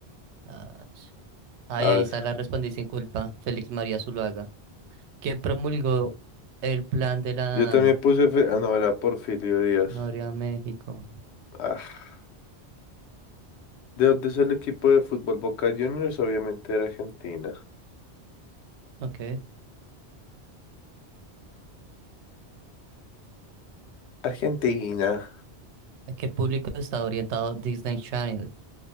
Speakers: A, on the right (about 80°); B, on the left (about 80°).
A: Ah, sh- Ay,
B: a
A: ahí
B: ver,
A: está la respondí sin culpa. Félix María Zuluaga. ¿Quién promulgó el plan de la
B: yo también puse, Fe- ah, no, era Porfirio Díaz.
A: Noria México?
B: Ah, ¿de dónde es el equipo de fútbol Boca Juniors? Obviamente era Argentina.
A: Ok.
B: Argentina.
A: ¿A qué público está orientado Disney Channel?